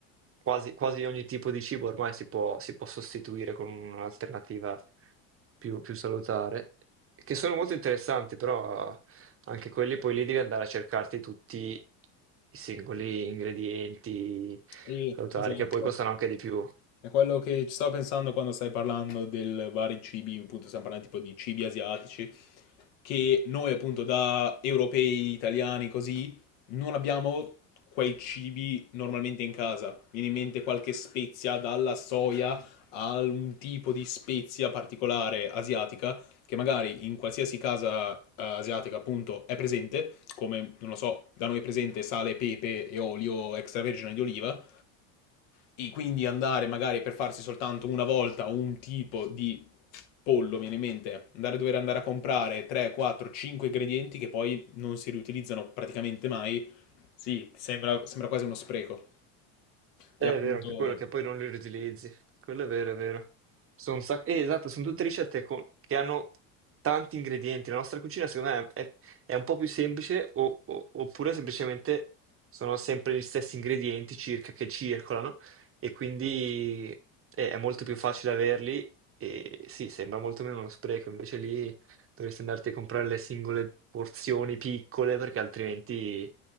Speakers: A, on the right; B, on the left.
A: quasi, quasi ogni tipo di cibo ormai si può, si può sostituire con un'alternativa più, più salutare, che sono molto interessanti, però anche quelli poi lì devi andare a cercarti tutti i singoli ingredienti
B: eh,
A: salutari,
B: esatto.
A: che poi costano anche di più.
B: È quello che ci stavo pensando quando stai parlando del vari cibi, appunto stiamo parlando tipo di cibi asiatici, che noi appunto da europei, italiani, così, non abbiamo quei cibi normalmente in casa. Mi Viene in mente qualche spezia, dalla soia a un tipo di spezia particolare asiatica, che magari in qualsiasi casa eh, asiatica appunto è presente, come, non lo so, da noi è presente sale, pepe e olio extravergine di oliva, e quindi andare magari per farsi soltanto una volta un tipo di pollo, viene in mente, andare a dover andare a comprare 3, 4, 5 ingredienti che poi non si riutilizzano praticamente mai, sì, sembra, sembra quasi uno spreco.
A: Eh,
B: E appunto...
A: È vero, anche quello che poi non li riutilizzi. Quello è vero, è vero. Sono un sacco... eh, esatto, sono tutte ricette con- che hanno tanti ingredienti. La nostra cucina, secondo me, è, è un po' più semplice, o- o- oppure semplicemente sono sempre gli stessi ingredienti circa che circolano, e quindi è, è molto più facile averli. E sì, sembra molto meno uno spreco, invece lì. Dovresti andarti a comprare le singole porzioni piccole perché altrimenti